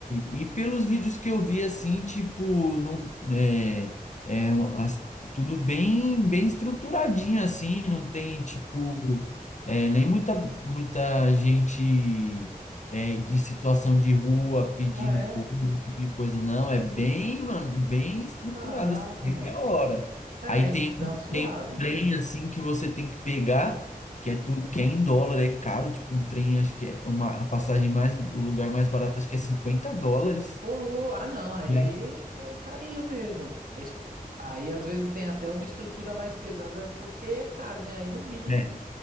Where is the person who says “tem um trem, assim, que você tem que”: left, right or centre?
Left